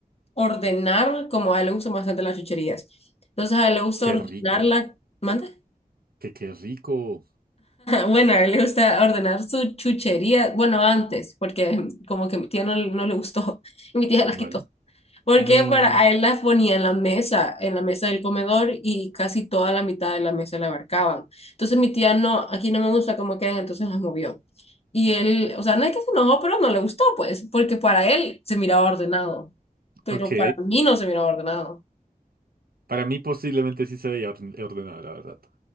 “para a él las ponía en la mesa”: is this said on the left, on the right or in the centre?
Left